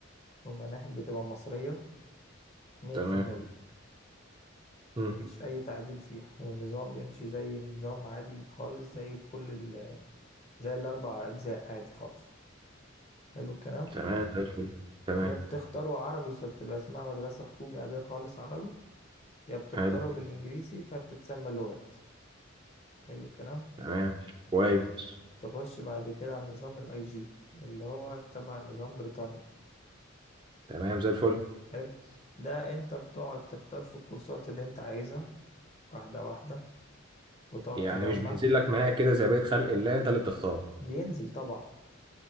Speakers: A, on the left; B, on the right.
A: والمناهج بتبقى مصرية مية
B: تمام
A: في المية
B: مم.
A: مفيش أي تعديل فيها والنظام يمشي زي نظام عادي خالص زي كل زي الأربع أجزاء عادي خالص حلو الكلام
B: تمام زي الفل تمام
A: يا بتختاروا عربي فبتبقى اسمها مدرسة حكومي عادية خالص عربي يا بتختاروا
B: حلو
A: بالإنجليزي فبتتسمى لغات حلو الكلام
B: تمام كويس
A: تخش بعد كده على نظام الاي جي اللي هو تبع نظام بريطانيا
B: تمام زي الفل
A: حلو ده انت بتقعد تختار في الكورسات اللي انت عايزها واحدة واحدة وتقعد
B: يعني
A: تجمع
B: مش بينزل لك مناهج كده زي بقية خلق الله انت اللي بتختار
A: بينزل طبعا